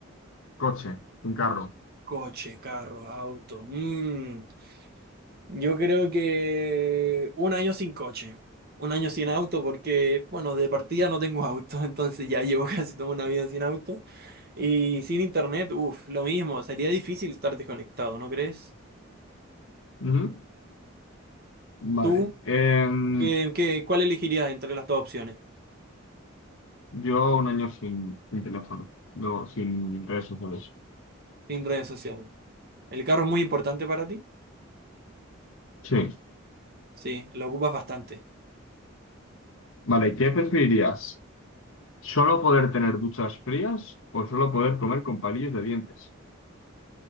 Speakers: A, on the left (about 75°); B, on the right (about 45°).
A: Coche, un carro.
B: coche, carro, auto? Mm. Yo creo que un año sin coche, un año sin auto, porque, bueno, de partida no tengo auto, <laughs> entonces ya llevo casi toda una vida sin auto. Y sin internet, uff, lo mismo, sería difícil estar desconectado, ¿no crees?
A: Ujú. Vale.
B: ¿Tú
A: Em,
B: qué, qué- cuál elegirías entre las dos opciones?
A: yo un año sin, sin teléfono, no, sin redes sociales.
B: Sin redes sociales. ¿El carro es muy importante para ti?
A: Sí.
B: Sí, lo ocupas bastante.
A: Vale, ¿qué preferirías? ¿Solo poder tener duchas frías o solo poder comer con palillos de dientes?